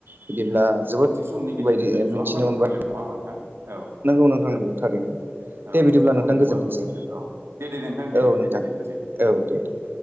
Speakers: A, on the right; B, on the right.
A: बिदिब्ला जोबोद
B: ओ दसे समनि गेजेरजों
A: बायदि
B: जों
A: मिथिनो
B: गोबां बाथ्राखौ
A: मोनबाय।
B: रायलायबाय नङा होमबा नोंथां औ
A: नंगौ नोंथां नंगौ थारैनो।
B: औ
A: दे बिदिब्ला
B: ग्लबेल
A: नोंथां गोजोनथोंसै
B: वार्मिं औ दे दे नोंथां दे
A: औ नोंथां
B: गोजोनथोंसै
A: औ दे दे